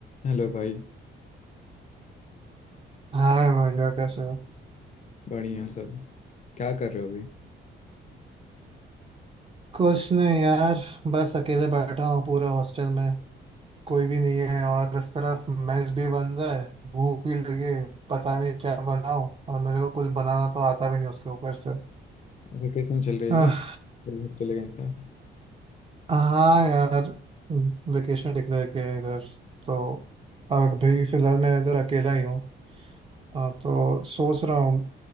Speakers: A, on the left (about 40°); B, on the right (about 30°).
A: हेलो भाई
B: हाय भैया कैसे हो
A: बढ़िया सब क्या कर रहे हो अभी
B: कुछ नहीं यार बस अकेले बैठा हूँ पूरे हॉस्टल में कोई भी नहीं है और इस तरफ मेस भी बंद है भूख भी लगी है, पता नहीं क्या बनाऊँ और मेरे को कुछ बनाना तो आता भी नहीं उसके ऊपर से
A: वेकेशन चल रही
B: आह,
A: है क्या तो घर चले गए क्या
B: हाँ यार वेकेशन डिक्लेयर किया है इधर तो अभी फिलहाल मैं इधर अकेला ही हूँ हाँ, तो सोच रहा हूँ